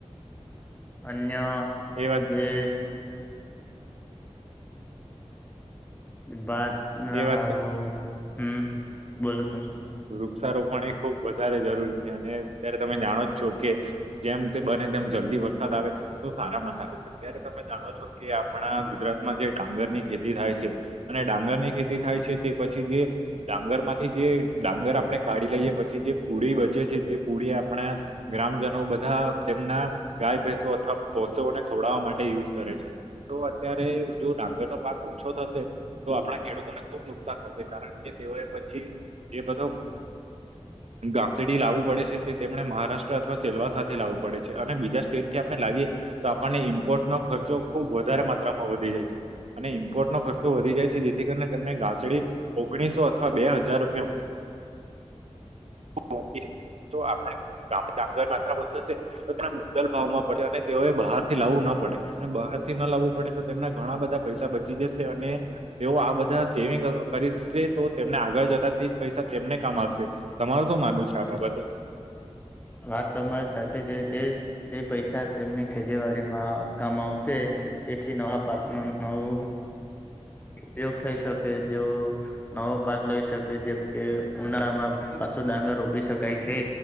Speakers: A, on the left; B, on the right.
A: અન્ય
B: એ વાત
A: જે ભાત ના
B: એ વાત
A: હારું હમ બોલો તમે
B: વૃક્ષા રોપણ એ ખુબ વધારે જરૂરી છે, અને અત્યારે તમે જાણો જ છો કે જેમ તે બને તેમ જલ દિ વરસાદ આવે તો સારામાં સારું અત્યારે તમે જાણો છો કે આપણા ગુજરાતમાં જે ડાંગરની ખેતી થાય છે, અને ડાંગર ને ખેતી થાય છે, તે પછી જે ડાંગર માંથી જે ડાંગર આપણેે કાઢી લઈએ પછી જે પૂડી બચે છે તે પુળી આપણે ગ્રામજનો બધા તેમના ગાય ભેસો અથવા પોષોને જોડવા માટે યુઝ કરે છે તો અત્યારે જો ડાગરનો પાક ઓછો થશે તો આપણા ખેડૂત તોને ખુબ નુકસાન થશે કારણ કે તેઓએ પછી એ બધો સબસિડી લાવું પડે છે, તે તેમણે મહારાષ્ટ્ર અથવા સેલવાસ સાથે લવું પડે છે અને બીજા સ્ટેટથી આપણે લાવીએ તો આપણને ઇમ્પોર્ટ નો ખર્ચો ખુબ વધારે માત્રામાં વધી જાય છે. અને ઇમ્પોર્ટનો ખર્ચો વધી જાય છે, જેથી કરીને તેમને ઘાસડી ઓગણીસો અથવા બે હજાર રૂપિયા <unintelligible> જો આપણે ગામ ડાંગર માત્ર વધુ હશે તો તેના મુદ્દલ ભાવમાં પડે અને તેઓ બહાર થી લાવવું ના પડે અને બહારથી ના લાવવું પડે તો તેમના ઘણા બધા પૈસા બચી જશે અને તેવો આ બ ધા સેવિંગ કરી છે, તો તેમને આગળ જતા તેજ પૈસા તેમને કામ આવશે તમારું શું માનવું છે આ બાબતે?
A: વાત તો અમારી સાચી છે, તે તે પૈસા તેમની ખેતીવાડીમાં કામ આવશે તેથી નવા પાર્ટનર નવું ઉપયોગ થઈ શકે તેવો નવો પાક લઈ શકે જેમ કે ઉનાળામાં મા પાછો ડાંગર રોપી શકાય છે.